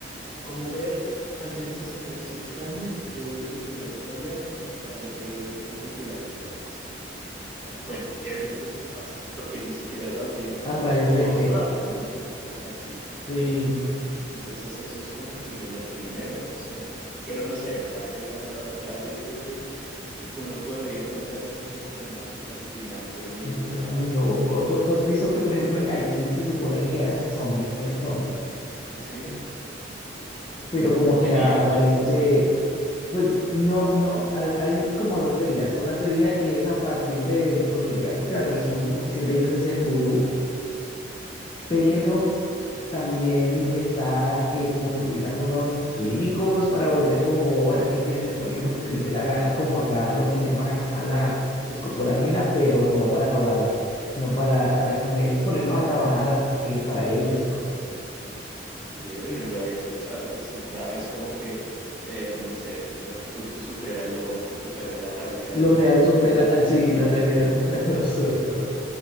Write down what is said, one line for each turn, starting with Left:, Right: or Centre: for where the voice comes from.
Centre: como ver ante esos escenarios así extraños, yo lo primero que haría es como tratar de recopilar información. Bueno, ¿qué es lo que está pasando? Porque ni siquiera sabría
Left: ¿A raíz
Centre: cómo
Left: de
Centre: actuar,
Left: qué?
Centre: ¿no? O sea, sí.
Left: Sí,
Centre: Entonces, eso es como que lo primero, no sé, pero no sé, o sea, yo la, la verdad eh, creo que uno podría plantearse muchos escenarios, pero al final termina
Left: es que es muy loco. ¿Tú, tú has visto que, por ejemplo, en Haití se supone que hacen zombies, que hay zombies,
Centre: así,
Left: pero
Centre: con
Left: como
Centre: brujería,
Left: que a raíz
Centre: cosas así.
Left: de, Pues no, no, ha- hay como dos teorías. Una teoría que es a partir de brujería, porque la religión oficial de ellos es el vudú, pero
Centre: Hmm,
Left: también está que como que utilizan unos químicos para volver como boba a la gente y hacer con ellos lo que se les dé la gana, como acá lo que llaman acá la escopolamina, pero no para robarlos, sino para hacer con ellos, ponerlos a trabajar a- eh, para ellos y cosas así.
Centre: Oye, eso no lo había escuchado, eso sí, ya es como que, eh, no sé, lo absurdo supera lo, supera la realidad,
Left: Lo
Centre: ¿no?
Left: real supera, ah, sí,
Centre: <laughs>
Left: la realidad supera lo absurdo.